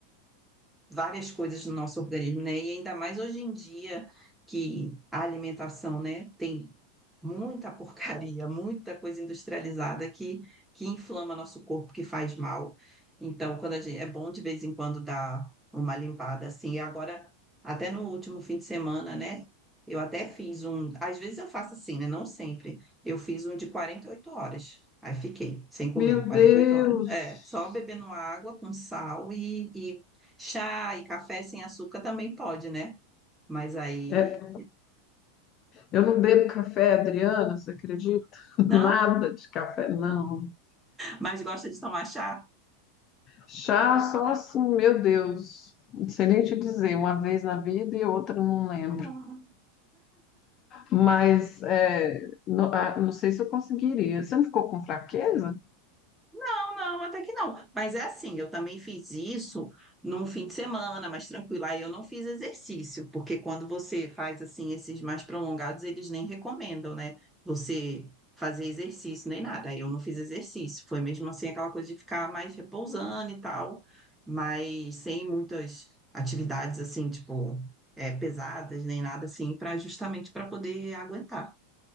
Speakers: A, in the centre; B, on the left.
A: várias coisas no nosso organismo, né? E ainda mais hoje em dia que a alimentação, né, tem muita porcaria, muita coisa industrializada que, que inflama nosso corpo, que faz mal. Então, quando a gente, é bom de vez em quando dar uma limpada assim. E agora, até no último fim de semana, né? Eu até fiz um, às vezes eu faço assim, né? Não sempre. Eu fiz um de 48 horas. Aí fiquei sem comer
B: Meu
A: 48
B: Deus!
A: horas. É, só bebendo água com sal e, e Chá e café sem açúcar também pode, né? Mas aí.
B: É, eu não bebo café, Adriana, você acredita? <laughs>
A: Não?
B: Nada de café, não.
A: Mas gosta de tomar chá?
B: Chá só assim, meu Deus. Não sei nem te dizer, uma vez na vida e outra não lembro.
A: Ah, eu amo.
B: Mas é, no- ah, não, sei se eu conseguiria. Você não ficou com fraqueza?
A: Não, não, até que não. Mas é assim, eu também fiz isso num fim de semana, mais tranquilo. Aí eu não fiz exercício, porque quando você faz assim esses mais prolongados, eles nem recomendam, né? Você fazer exercício nem nada. Aí eu não fiz exercício. Foi mesmo assim aquela coisa de ficar mais repousando e tal, mas sem muitas atividades assim, tipo, é, pesadas nem nada assim, para justamente para poder aguentar.